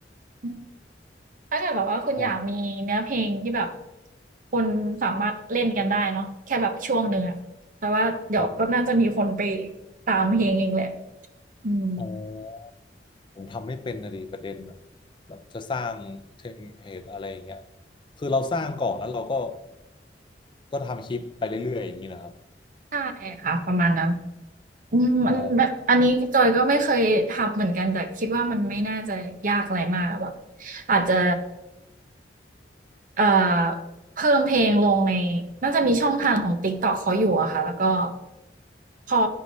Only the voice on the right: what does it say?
อืมถ้าเกิดแบบว่าคุณอยากมีเนื้อเพลงที่แบบ
คนสามารถเล่นกันได้เนาะแค่แบบช่วงหนึ่งอะแต่ว่าเดี๋ยวก็น่าจะมีคนไป
ตามเพลงเองแหละอืม
ใช่ค่ะประมาณนั้น อืมอันแบบอันนี้จอยก็ไม่เคยทำเหมือนกันแต่คิดว่ามันไม่น่าจะยากอะไรมากแบบ
อาจจะเอ่อเพิ่มเพลงลงในน่าจะมีช่องทางของ TikTok เขาอยู่อะค่ะแล้วก็พอ